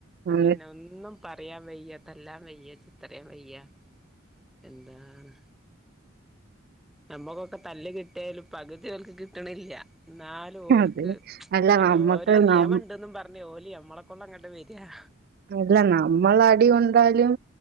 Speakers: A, on the right (about 50°); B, in the centre.
A: ഉം.
B: പിന്നെ ഒന്നും പറയാൻ വയ്യാ തല്ലാൻ വയ്യ ചീത്ത പറയാൻ വയ്യാ എന്താണ് നമ്മുക്കൊക്കെ തല്ല് കിട്ടിയ പോലെ പകുതി അവൾക്ക് കിട്ടണില്ല എന്നാൽ ഓൾക്ക്
A: അതെ അല്ല നമ്മക്ക്
B: ഓരോ നിയമം
A: നം-
B: ഉണ്ടെന്നും പറഞ്ഞ് ഓല് നമ്മളെ കൊണ്ടങ്ങട്ട് വ യാ
A: അല്ല നമ്മള് അടി കൊണ്ടാലും